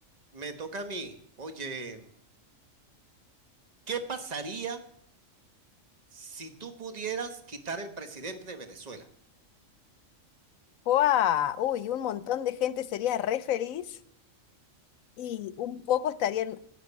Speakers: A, on the right; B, on the left.
A: Me toca a mí. Oye, ¿qué pasaría si tú pudieras quitar el presidente de Venezuela?
B: ¡Guau! Uy, un montón de gente sería re feliz y un poco estarían